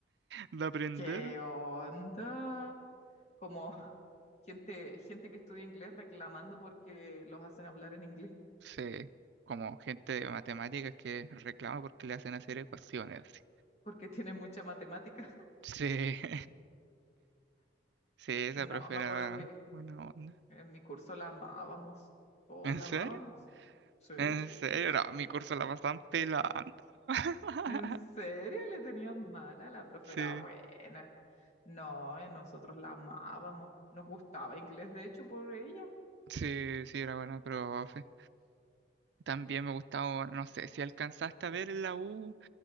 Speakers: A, on the right; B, on the left.
A: de aprender,
B: ¿Qué onda? Como <laughs> gente, gente que estudia inglés reclamando porque los hacen hablar en inglés,
A: sí, como gente de matemáticas que reclama porque le hacen hacer ecuaciones así.
B: porque tienen mucha matemática. <laughs>
A: Sí, <laughs> sí, esa
B: No,
A: profe
B: me
A: era
B: acuerdo que
A: buena onda.
B: en mi curso la amábamos. Oh,
A: ¿En
B: la
A: serio?
B: amábamos. Sí.
A: ¿En serio? No, mi curso la pasaban pelando. <laughs>
B: ¿En serio le tenían mala? La profe
A: Sí,
B: era buena. No, eh, nosotros la amábamos. Nos gustaba inglés, de hecho, por ella.
A: sí, sí, era buena profe. También me gustaba, no sé, si alcanzaste a ver en la U